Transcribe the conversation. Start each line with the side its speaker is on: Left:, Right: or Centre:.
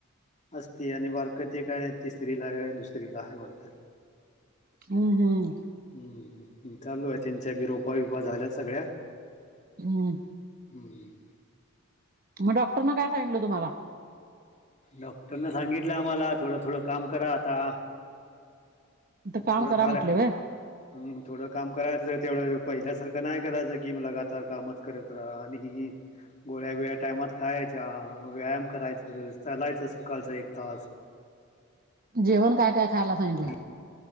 Left: असती आणि बारकती काय तिसरीला आहे काय दुसरीला आहे वाटतं.
Right: हम्म हम्.
Left: हम् चालू आहे त्यांच्या बिरोोपा बपा झाल्यात सगळ्या?
Right: हम्म.
Left: हम्म.
Right: म डॉक्टरन काय सांगीतलं तुम्हाला?
Left: डॉक्टरनं सांगितलं आम्हाला थोडं थोडं काम करा आता.
Right: इथं काम
Left: थोडं
Right: करा
Left: कर.
Right: म्हटले व्हय
Left: हम् थोडं काम करायचं तेवढं पहिल्यासारखं नाही करायचं की लगातार कामच करत राहा आणि- गोळ्या बिळ्या टायमात खायच्या व्यायाम करायच चलायचं सकाळचं एक तास-
Right: जेवण काय काय खायला सांगलं.
Left: आणि